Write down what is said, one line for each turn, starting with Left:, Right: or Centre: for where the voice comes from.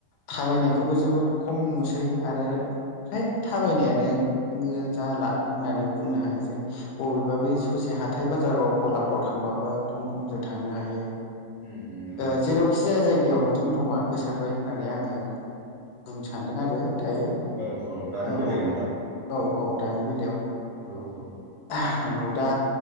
Left: थाबायनायखौबो जोबोद खम नुसै आरो फ्राय थाबायनायानो ओ जाला होननानै बुंनो हायो जों बबेबा बै ससे हाथाय बाजाराव गलाफ्राव थांबाबो थम थमजों थांनो हायो।
Right: उम उम नंगौ
Left: ओ
Right: नोंथां
Left: जेरावखि जाया जायगायावनो थम थमा गोसारबाय होननानै आङो बुं सान्दों आरो दायो
Right: औ दानि
Left: औ
Right: बेलायाव नोंथां उम
Left: औ औ औ दानि बेलायाव
Right: नंगौ
Left: औ
Right: नंगौ
Left: नंगौ दा